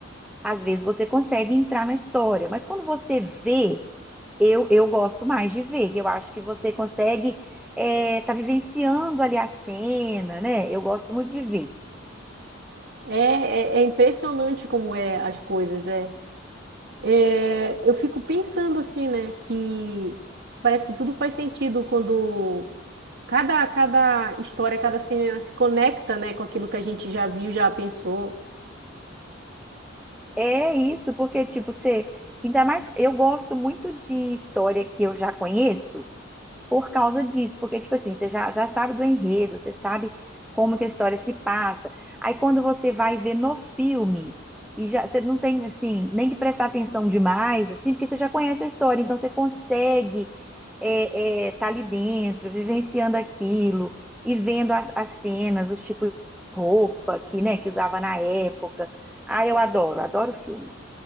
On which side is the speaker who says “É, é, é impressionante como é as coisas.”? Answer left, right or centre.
Right